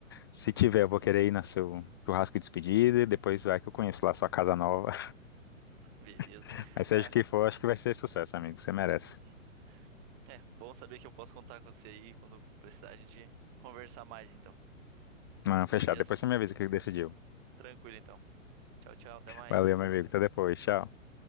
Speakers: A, on the left; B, on the right.
A: Se tiver, eu vou querer ir no seu churrasco de despedida. E depois vai que eu conheço lá a sua casa nova.
B: beleza.
A: <laughs> aí seja
B: É,
A: o que for, acho que vai ser sucesso, amigo. Você merece.
B: uhum. É, bom saber que eu posso contar com você aí quando precisar a gente conversar mais, então.
A: Não, fechado.
B: Beleza?
A: Depois você me avisa o que decidiu.
B: Tranquilo, então. Tchau, tchau. Até mais.
A: Valeu, meu amigo. Até depois. Tchau.